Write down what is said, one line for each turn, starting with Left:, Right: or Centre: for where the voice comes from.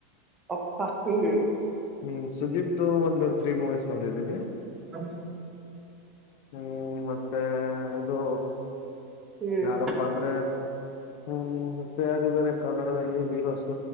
Right: ಅಪ್ಪಾ ಹ್ಮ
Left: ಹ್ಮ್ ಸುದೀಪ್್ದ ಒಂದು ತ್ರೀ ಮೂವೀಸ್ ನೋಡಿದ್ದೀನಿ
Right: ಹ
Left: ಹ್ಮ್ ಮತ್ತೆ ಇದು
Right: ಹ್ಮ್
Left: ಯಾರಪ್ಪ ಅಂದ್ರೆ ಹ್ಮ್ ಮತ್ತ ಯಾರಿದ್ದಾರೆ ಕನ್ನಡದಲ್ಲಿ ಹೀರೋಸ್